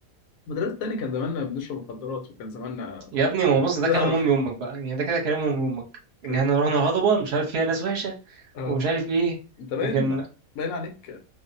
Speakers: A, on the left (about 80°); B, on the right (about 55°).
A: المدرسة التاني كان زماننا بنشرب مخدرات وكان زماننا
B: يا ابني ما هو بص ده
A: <laughs>
B: كلام امي وامك بقى يعني ده كده كلام امي وامك
A: كان...
B: ان احنا رحنا الهضبه مش عارف فيها ناس وحشه
A: اه
B: ومش عارف ايه
A: انت باين
B: وكان
A: باين عليك